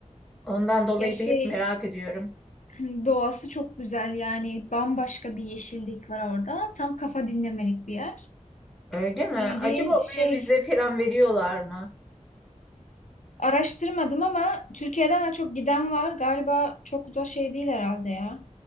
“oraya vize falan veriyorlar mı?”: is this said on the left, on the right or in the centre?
Centre